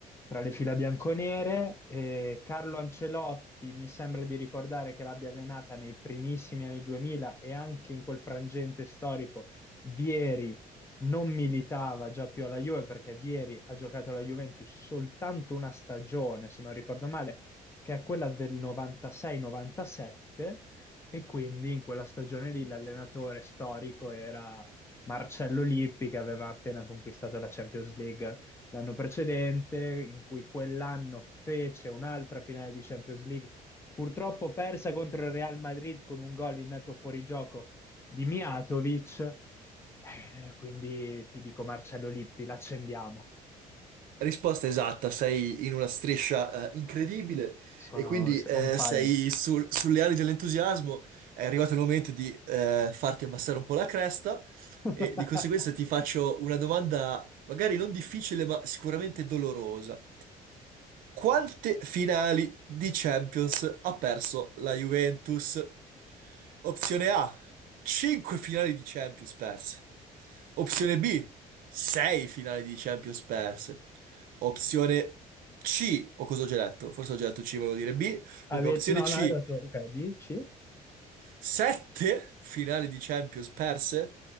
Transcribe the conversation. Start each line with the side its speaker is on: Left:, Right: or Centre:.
Left: tra le fila bianconere. E Carlo Ancelotti mi sembra di ricordare che l'abbia allenata nei primissimi anni 2000 e anche in quel frangente storico Vieri non militava già più alla Juve perché Vieri ha giocato alla Juventus soltanto una stagione, se non ricordo male, che è quella del 96-97 e quindi in quella stagione lì l'allenatore storico era Marcello Lippi che aveva appena conquistato la Champions League l'anno precedente, in cui quell'anno fece un'altra finale di Champions League. Purtroppo persa contro il Real Madrid con un gol in netto fuorigioco di Mijatovic. Eh, quindi ti dico Marcello Lippi, l'accendiamo.
Right: Risposta esatta, sei in una striscia eh, incredibile
Left: Sono
Right: e quindi eh,
Left: on fire.
Right: sei sul- sulle ali dell'entusiasmo, è arrivato il momento di eh, farti abbassare un po' la cresta
Left: <laughs>
Right: e di conseguenza ti faccio una domanda magari non difficile ma sicuramente dolorosa. Quante finali di Champions ha perso la Juventus? Opzione A, 5 finali di Champions perse. Opzione B, 6 finali di Champions perse. Opzione C, o cosa ho già detto? Forse ho già detto C, volevo dire B. Comunque,
Left: Ave-
Right: opzione
Left: no,
Right: C,
Left: no, hai dato, ok, B, C.
Right: 7 finali di Champions perse,